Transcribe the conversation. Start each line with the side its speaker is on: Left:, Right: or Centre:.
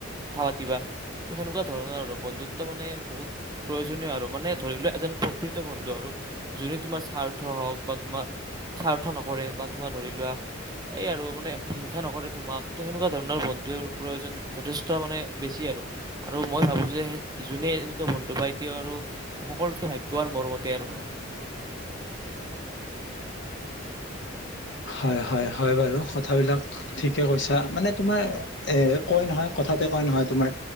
Right: পাতি ত, সেনেকুৱা ধৰণৰ আৰু বন্ধুত্ব মানে বহুত প্ৰয়োজন মানে ধ এজন প্ৰকৃত বন্ধু আৰু যোনে তোমাৰ স্বাৰ্থ হওক বা তোমাৰ স্বাৰ্থ নকৰে বা তোমাৰ ধৰি লোৱা এই আৰু মানে হিংসা নকৰে তোমাক ত, সেনেকুৱা ধৰণৰ বন্ধুৰ প্ৰয়োজন যথেষ্ট মানে বেছি আৰু। আৰু মই ভাবো যে যোনে এনেকুৱা বন্ধু বাইতি আৰু সকলোতকে ভাগ্যৱান মৰমতে। <inaudible>
Left: হয়, হয়, হয়, বাৰু কথাবিলাক ঠিকে কৈছা, মানে তোমাৰ এ, কয় নহয় কথা কঠাতে কয় নহয়, তোমাৰ